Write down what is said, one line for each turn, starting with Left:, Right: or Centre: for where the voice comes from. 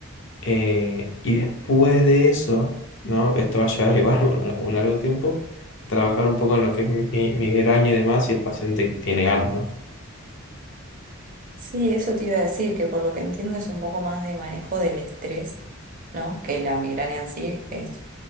Left: eh, y después de eso, ¿no? Esto va a llevar <laughs> igual un, un largo tiempo, trabajar un poco en lo que es mi, mi migraña y demás si el paciente tiene ganas, ¿no?
Right: Sí, eso te iba a decir, que por lo que entiendo es un poco más de manejo del estrés, ¿no? Que la migraña en sí es